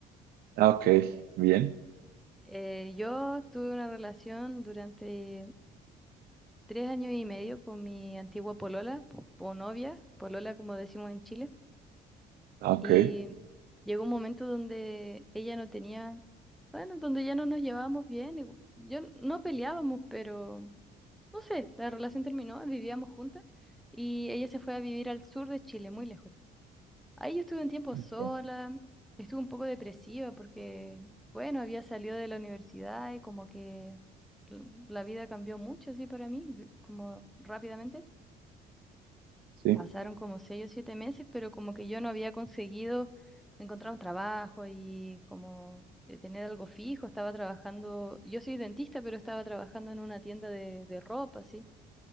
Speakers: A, on the right; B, in the centre.
A: Ah, Ok,
B: Eh,
A: bien,
B: eh, yo tuve una relación durante tres años y medio con mi antigua polola po- o novia, polola como decimos en Chile,
A: Ah, ok,
B: y llegó un momento donde ella no tenía, bueno, donde ya no nos llevábamos bien, y bueno, yo n- no peleábamos, pero no sé, la relación terminó, vivíamos juntas y ella se fue a vivir al sur de Chile, muy lejos. Ahí yo estuve un tiempo
A: Ok,
B: sola, estuve un poco depresiva porque, bueno, había salido de la universidad y como que l- la vida cambió mucho así para mí, de- como rápidamente.
A: sí.
B: Pasaron como seis o siete meses, pero como que yo no había conseguido encontrar un trabajo y como de tener algo fijo. Estaba trabajando, yo soy dentista, pero estaba trabajando en una tienda de, de ropa, así.